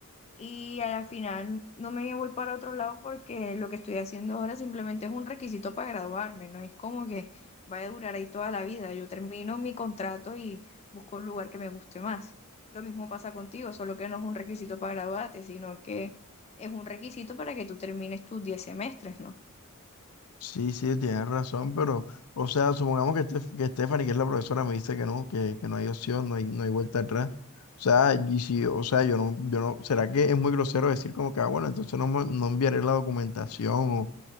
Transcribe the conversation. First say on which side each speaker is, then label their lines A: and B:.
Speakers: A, on the left (about 30°); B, on the left (about 75°).
A: y a la final no me voy para otro lado porque lo que estoy haciendo ahora simplemente es un requisito para graduarme, no es como que vaya a durar ahí toda la vida. Yo termino mi contrato y busco un lugar que me guste más. Lo mismo pasa contigo, solo que no es un requisito para graduarte, sino que es un requisito para que tú termines tus 10 semestres, ¿no?
B: Sí, sí, tienes razón, pero, o sea, supongamos que, Estef- que Stephanie, que es la profesora, me dice que no, que, que no hay opción, no hay, no hay vuelta atrás. O sea, y si, o sea, yo no, yo no, ¿será que es muy grosero decir como que, ah, bueno, entonces no, me- no enviaré la documentación o,